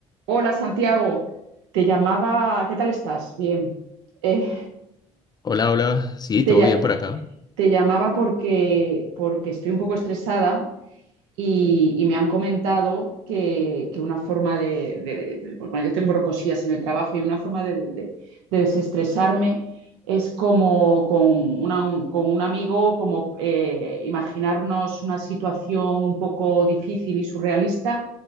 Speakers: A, on the right; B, on the left.
A: Hola Santiago, te llamaba, ¿qué tal estás? Bien. Eh,
B: Hola, hola. Sí,
A: te,
B: todo
A: lla-
B: bien por acá.
A: te llamaba porque, porque estoy un poco estresada y, y me han comentado que, que una forma de, de- de- bueno, yo tengo brocosillas en el trabajo y una forma de, de- de desestresarme es como con, una- un, con un amigo, como eh, imaginarnos una situación un poco difícil y surrealista